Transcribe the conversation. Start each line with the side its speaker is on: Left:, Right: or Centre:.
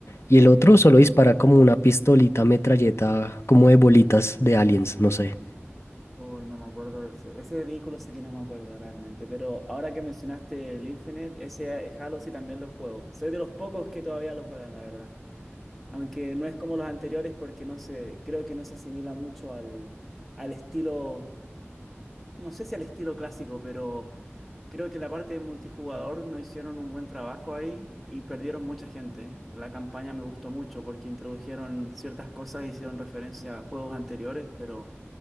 Left: Y el otro solo dispara como una pistolita, metralleta, como de bolitas de aliens, no sé.
Centre: Uy, no me acuerdo de ese. Ese vehículo sí que no me acuerdo realmente, pero ahora que mencionaste el Infinite, ese eh, Halo sí también lo juego. Soy de los pocos que todavía lo juegan, la verdad. Aunque no es como los anteriores porque no sé, creo que no se asimila mucho al, al estilo, no sé si al estilo clásico, pero creo que la parte de multijugador no hicieron un buen trabajo ahí y perdieron mucha gente. La campaña me gustó mucho porque introdujeron ciertas cosas, hicieron referencia a juegos anteriores, pero...